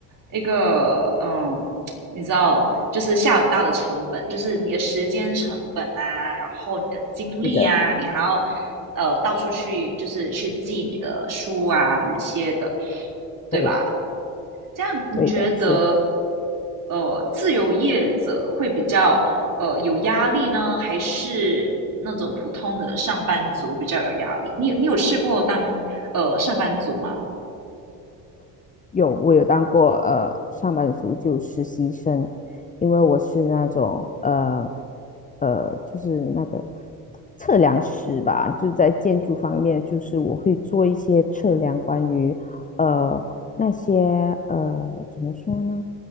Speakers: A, on the right; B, on the left.
A: 一个嗯你知道，就是下很大的成本，就是你的时间成本啊，然后你的精力啊，
B: 是的，
A: 你还要呃到处去就是去寄你的书啊那些的，对吧？
B: 对
A: 这样你觉得，
B: 对的，所以
A: 呃，自由业者会比较呃有压力呢，还是那种普通的上班族比较有压力？你你有试过当呃上班族吗？
B: 有，我有当过呃上班族，就实习生，因为我是那种呃呃，就是那个测量师吧，就在建筑方面，就是我会做一些测量关于呃那些呃怎么说呢，